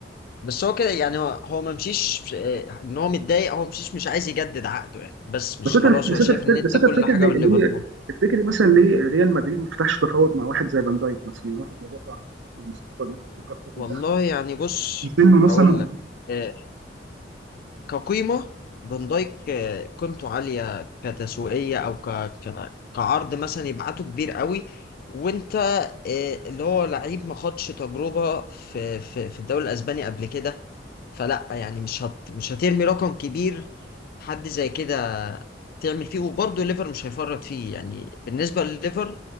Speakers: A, on the left (about 50°); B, on the right (about 75°).
A: بس هو كده يعني هو هو ما مشيش آه، ان هو متضايق هو مشيش مش عايز يجدد عقده يعني بس مش
B: بس انت
A: خلاص
B: بس
A: هو شايف
B: انت
A: ان
B: بس
A: ده
B: انت
A: كل
B: فاكر
A: حاجة
B: ليه
A: بالليفربول
B: ليه تفتكري مثلا ليه ريال مدريد ما فتحش تفاوض مع واحد زي فان دايك مثلا يعني واحد مدافع بالمستوى ده وكابتن منتخب
A: والله يعني بص
B: في سنه مثلا
A: هقول لك آه، كقيمة فان دايك آه، قيمته عالية كتسويقية أو ك... ك... كعرض مثلا يبعته كبير قوي وأنت آه، اللي هو لعيب ما خدش تجربة في في في الدوري الأسباني قبل كده فلا يعني مش هت... مش هترمي رقم كبير حد زي كده تعمل فيه وبرضه ليفر مش هيفرط فيه يعني بالنسبة لليفر